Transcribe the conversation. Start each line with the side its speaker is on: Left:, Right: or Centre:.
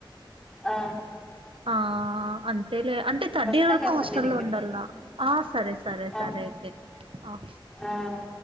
Centre: ఆ
Right: ఆ... అంతే అంటే థర్డ్
Centre: వస్తాలే
Right: ఇయర్ వరకు
Centre: అప్పుడు
Right: హాస్టల్లో
Centre: నీ దగ్గరికి
Right: ఉండాలన ఆ సరే సరే సరే
Centre: ఆ
Right: అయితే ఆ
Centre: ఆ